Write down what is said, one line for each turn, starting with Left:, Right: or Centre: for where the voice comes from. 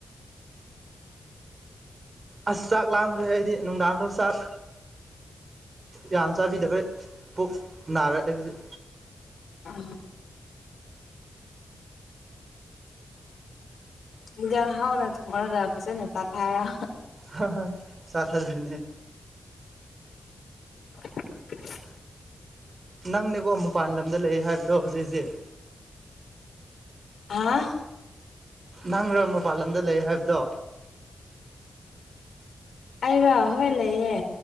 Right: ꯑꯁ ꯆꯥꯛ ꯂꯥꯝꯈ꯭ꯔꯦ ꯑꯩꯗꯤ ꯅꯨꯡꯗꯥꯡꯗꯣ ꯆꯥꯛ ꯌꯥꯝ ꯆꯥꯕꯤꯗꯕꯩ ꯄꯨꯛ ꯅꯥꯔꯛ ꯑꯦ ꯍꯧꯖꯤꯛ
Left: ꯑ ꯑꯦꯟꯖꯥꯡ ꯍꯥꯎꯅ ꯊꯣꯡꯉꯒ ꯐꯖꯅ ꯆꯥꯊꯔꯣ
Right: ꯍꯣꯏ ꯆꯥꯊꯗꯣꯏꯅꯦ
Left: <inaudible>
Right: ꯅꯪꯅꯦꯀꯣ ꯃꯄꯜ ꯂꯝꯗ ꯂꯩ ꯍꯥꯏꯕꯗꯣ ꯍꯧꯖꯤꯛ ꯍꯧꯖꯤꯛ
Left: ꯑꯥ
Right: ꯅꯪꯔꯥ ꯃꯄꯜ ꯂꯝꯗ ꯂꯩ ꯍꯥꯏꯕꯗꯣ
Left: ꯑꯩꯔ ꯍꯣꯏ ꯂꯩꯌꯦ